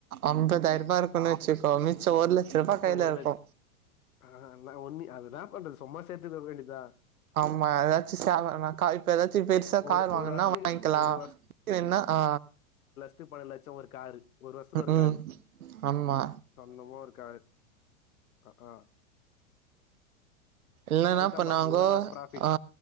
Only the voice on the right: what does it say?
அம்பதாய்ருபா இருக்குன் வச்சிக்கோ மிச்சோ ஒரு லச்ச ருபா
கைல
இருக்கு
ஆமா ஏதாச்சு ஸேவர்மா கால்ப் ஏதாச்சி பெர்சா கார்
வாங்கன்னா
வாய்ன்க்கலா
என்னா ஆ
ம்ம்
ஆம்மா
இல்
எனா பண்ணுவாங்கோ
ஆ